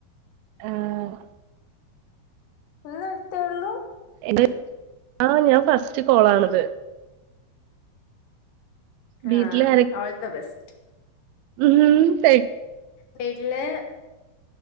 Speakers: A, on the right; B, on the left.
A: ആഹ്
B: ഇന്നെട്ത്തേള്ളൂ
A: ഇത് ആഹ് ഞാൻ ഫസ്റ്റ് കോളാണ്ത് വീട്ട്ല്
B: ആഹ് ഓൾ ദ ബെസ്റ്റ്
A: <unintelligible>
B: വീട്ടില്